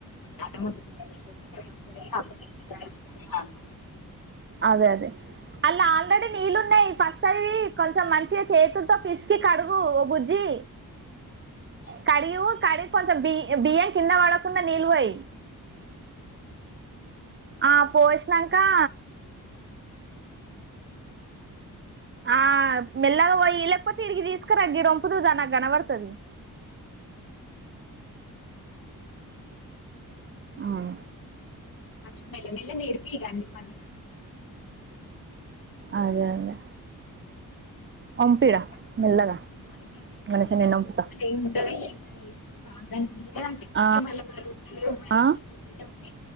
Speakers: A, on the left; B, on the right.
A: అన్నం వండుకునే కుక్కర్ తెచ్చుకోలే అప్పటి నుంచి రైస్ కుక్కరే వాడుతున్నాం.
B: అదే అదే అళ్లా ఆల్రెడీ నీళ్ళు ఉన్నయి. ఫస్ట్ అవి కొంచెం మంచిగా చేతులతో పిసికి కడుగు ఓ బుజ్జి. చేయ్
A: <inaudible>
B: కడియు కడిగి కొంచెం బి బియ్యం కింద వడ కుండా నీళ్ళుపోయి. ఆ పోషినంకా
A: <inaudible>
B: ఆ మెల్గగా వోయి లేెకపోతే ఈడికి తీసుకరా గిడ వొంపుదువురా నాకు గనబడుతది. అవును
A: మర్చిపోయినా మెల్లగా నేర్పియండి పని.
B: అదే అదే వంపిరా
A: అంత
B: మెల్లగా
A: దోమలు
B: మనిషి నేను వంపుతా
A: ఏం ఉండవు కానీ బాగా మీద కనిపించినయి
B: ఆ,
A: ఇగా మళ్ళా మా రూంల లేవు మరి.
B: ఆ,
A: మీ మీద ఉన్నయి